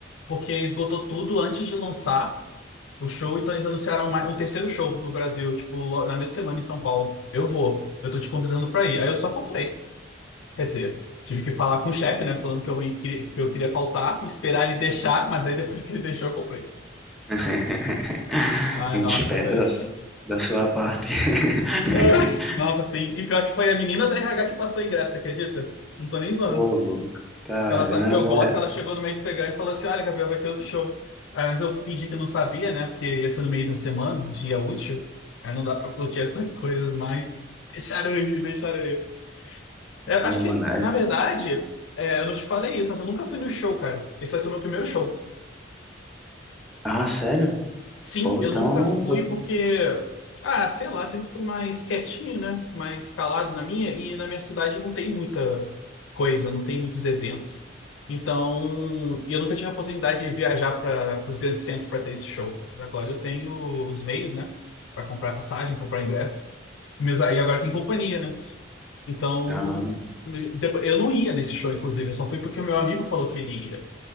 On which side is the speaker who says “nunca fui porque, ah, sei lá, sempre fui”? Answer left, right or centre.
Left